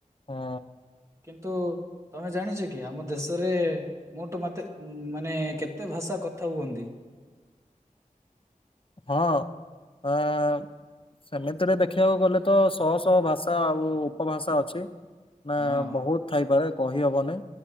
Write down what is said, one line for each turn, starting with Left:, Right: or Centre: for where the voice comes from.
Left: ଅ
Right: କିନ୍ତୁ ତମେ ଜାଣିଚ କି ଆମ ଦେଶରେ ମୋଟ ମାତେ ଉମ୍ ମାନେ କେତେ ଭାଷା କଥା ହୁଅନ୍ତି?
Left: ହଁ ଆଁ ସେମିତିରେ ଦେଖିବାକୁ ଗଲେ ତ ଶହ ଶହ ଭାଷା ଆଉ ଉପଭାଷା ଅଛି। ନା
Right: ହଁ
Left: ବହୁତୁ ଥାଇପାରେ କହି ହବନି।